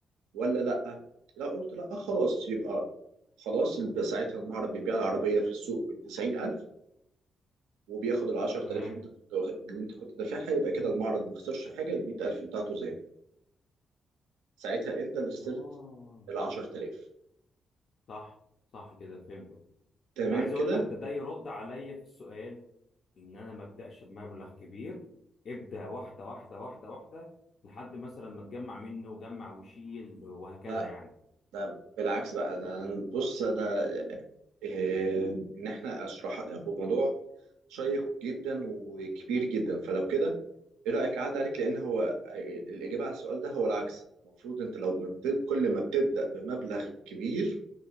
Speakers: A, on the right (about 80°); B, on the left (about 65°).
A: ولا لأ؟ لا قلت لأ خلاص يبقى خلاص الب- ساعتها المعرض بيبيع العربية في السوق بتسعين ألف وبياخد العشر تلاف
B: تمام
A: اللي انت كنت واخد- اللي انت كنت دافعها يبقى كده المعرض ما خسرش حاجة المية ألف بتاعته زي ما هي. ساعتها انت اللي خسرت
B: اه
A: العشر تلاف
B: صح صح كده فهمت
A: تمام
B: ده عايز اقول
A: كده؟
B: لك ده ده يرد عليا في السؤال ان انا ما ابداش بمبلغ كبير ابدا واحده واحده واحده واحده لحد مثلا ما تجمع منه وجمع وشيل وهكذا
A: لا
B: يعني
A: ده بالعكس بقى ده أنا- بص انا إيه ان احنا اشرح هو موضوع شيق جدا وكبير جدا فلو كده ايه رايك اعدي عليك لان هو الاجابه على السؤال ده هو العكس المفروض انت لو ما بت- كل ما بتبدا بمبلغ كبير